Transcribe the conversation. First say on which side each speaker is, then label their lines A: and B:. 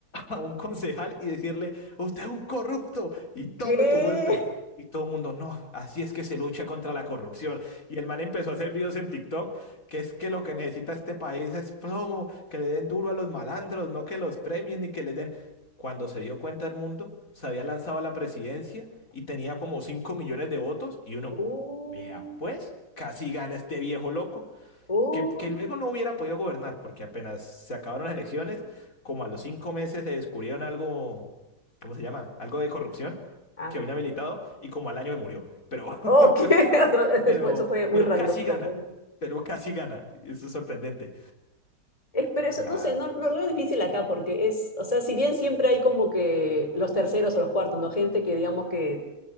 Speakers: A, on the left; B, on the left.
A: a un concejal y decirle, usted es un corrupto y tome
B: ¿Qué?
A: tu golpe. Y todo el mundo, no, así es que se lucha contra la corrupción. Y el man empezó a hacer videos en TikTok, que es que lo que necesita este país es plomo, que le den duro a los malandros, no que los premien ni que les den. Cuando se dio cuenta el mundo, se había lanzado a la presidencia y tenía como 5 millones de votos y uno,
B: Uh,
A: vea pues, casi gana este viejo loco
B: uh.
A: que, que luego no hubiera podido gobernar, porque apenas se acabaron las elecciones, como a los cinco meses le descubrieron algo, ¿cómo se llama? Algo de corrupción,
B: Ah,
A: quedó
B: bueno.
A: inhabilitado y como al año me murió. Pero,
B: Ok,
A: <laughs>
B: <laughs>
A: pero,
B: eso fue, eso fue muy
A: pero
B: random,
A: casi
B: pero
A: gana,
B: bueno.
A: pero casi gana. Eso es sorprendente.
B: Es, pero eso,
A: Nah,
B: no sé, no, no lo veo difícil acá porque es, o sea, si bien siempre hay como que los terceros o los cuartos, ¿no? Gente que digamos que,